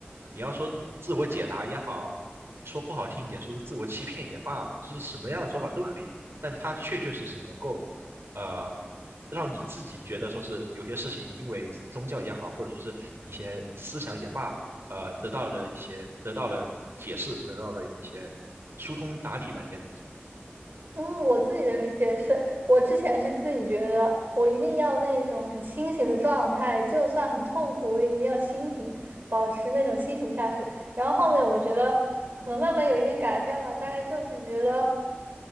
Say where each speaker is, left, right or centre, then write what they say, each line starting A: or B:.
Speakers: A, on the right; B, on the right.
A: 你要说自我解答也好，说不好听一点，说是自我欺骗也罢，就是什么样的说法都可以，但他确确实实能够呃，让你自己觉得说是有些事情，因为宗教也好，或者说是一些思想也罢，呃，得到了一些得到了解释，得到了一些疏通打理吧，应该这么说。
B: 嗯，我自己的理解是，我之前是自己觉得我一定要那种很清醒的状态，就算很痛苦，我也一定要清醒，保持那种清醒下去。然后后面我觉得可能慢慢有一点改变了，大概就是觉得